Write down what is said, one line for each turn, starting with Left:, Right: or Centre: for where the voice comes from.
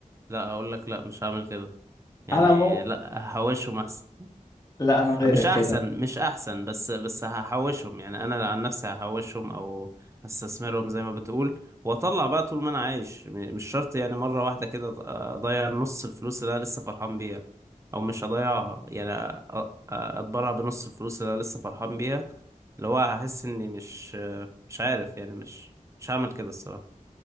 Right: لا هقول لك لا مش هعمل كده يعني
Left: انا مو
Right: لا هحوشهم أحسن
Left: لا انا غيرك
Right: مش احسن
Left: كده
Right: مش احسن بس بس هحوشهم يعني انا عن نفسي هحوشهم او هستثمرهم زي ما بتقول واطلع بقى طول ما انا عايش م- مش شرط يعني مره واحده كده أض- اضيع نص الفلوس اللي انا لسه فرحان بيها او مش هضيعها يعني أ- أ- اتبرع بنص الفلوس اللي انا لسه فرحان بيها اللي هو هحس اني مش مش عارف يعني مش مش هعمل كده الصراحه